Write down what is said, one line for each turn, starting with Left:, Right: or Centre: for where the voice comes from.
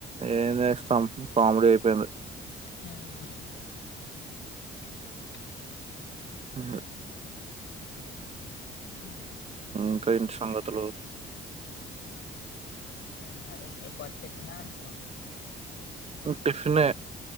Right: ఏం చేస్తం పాముడీయి పెందీ
Left: హ్మ్
Right: ఉంది
Left: హ్మ్
Right: ఇంకా ఏంట సంగతులు
Left: ఇంకేం మరి ఈ పూట టి పిన అన్నామా
Right: టిఫనే